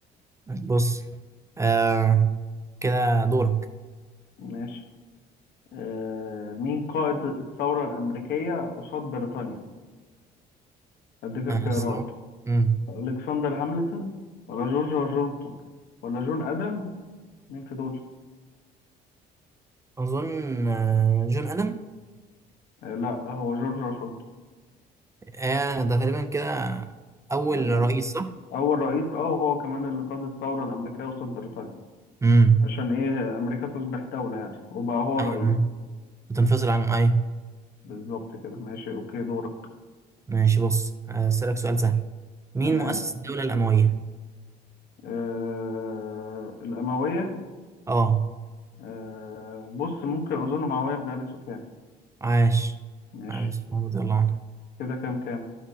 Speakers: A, on the right (about 15°); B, on the left (about 70°).
A: بص آه كده دورك
B: ماشي آه مين قائد الثورة الأمريكية قصاد بريطانيا أديك اختيارات
A: آه بس هو- مم.
B: ألكسندر هاملتون ولا جورج واشنطن ولا جون آدمز مين في دول؟
A: اظن آه جون ادم
B: آه لا هو جورج واشنطن
A: آه ده تقريبا كده اول
B: يعني
A: رئيس صح؟
B: أول رئيس أه وهو كمان اللي قاد الثورة الأمريكية قصاد بريطانيا
A: مم.
B: عشان إيه أمريكا تصبح دولة يعني وبقى هو الرئيس
A: ايوه بتنفصل عن ايوه
B: بالظبط كده ماشي أوكي دورك
A: ماشي بص هسألك سؤال سهل مين
B: تمام
A: مؤسس الدولة الأموية؟
B: آه الأموية
A: اه
B: آه بص ممكن أظن معاوية بن أبي سفيان
A: عاش
B: ماشي
A: عاش مسعود رضي الله عنه
B: كده كام كام